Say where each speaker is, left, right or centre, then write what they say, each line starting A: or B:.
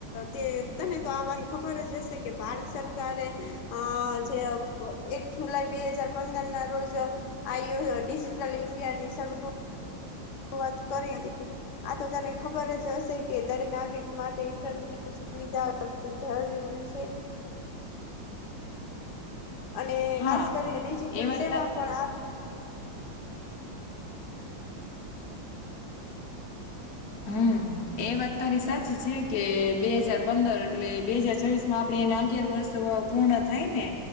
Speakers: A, on the left (about 90°); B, on the left (about 60°).
A: તે તને તો આ વા ખબર જ હશે કે ભારત સરકારે અ જે એક જુલાઈ બે હજાર પંદર ના રોજ <unintelligible> ઇન્ડિયાની સ વાત કરી હતી આ તો તને ખબર જ હશે કે દરેક નાગરિક માટે ઇન્ટર સુવિધા વધુ જરૂરી છે. અને
B: હા
A: ખાસ કરીને ડિજિટલ
B: એ વાત
A: સેવા
B: તા
A: પણ આ
B: હમ. એ વાત તારી સાચી છે, કે બે હાજાર પંદર એટલે બે હાજર છવ્વીસમાં આપડે એના અગિયાર વર્ષ પૂર્ણ થાય ને